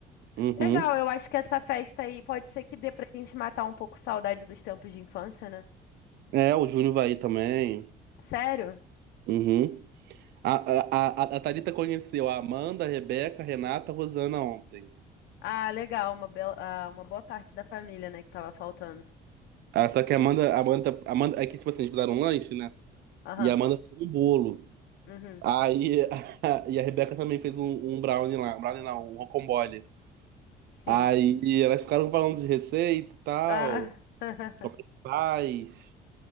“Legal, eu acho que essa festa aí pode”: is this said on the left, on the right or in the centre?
Left